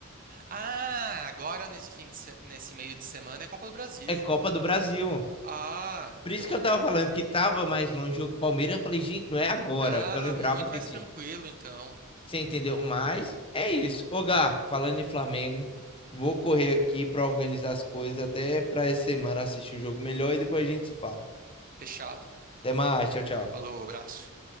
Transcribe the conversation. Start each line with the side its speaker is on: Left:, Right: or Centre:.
Right: Ah, agora nesse fim de se- nesse meio de semana é Copa do Brasil.
Left: é Copa do Brasil.
Right: Ah,
Left: Por isso
Right: então.
Left: que eu tava falando que tava mais longe o jogo do Palmeiras, eu falei, gente, não é agora,
Right: Ah,
Left: que eu lembrava
Right: muito
Left: que
Right: mais
Left: tinha.
Right: tranquilo, então.
Left: Você entendeu? Mas é isso. Ô, Gá, falando em Flamengo, vou correr aqui para organizar as coisas até para essa semana assistir o jogo melhor e depois a gente se fala.
Right: Fechado.
Left: Até mais, tchau, tchau.
Right: Falou, abraço.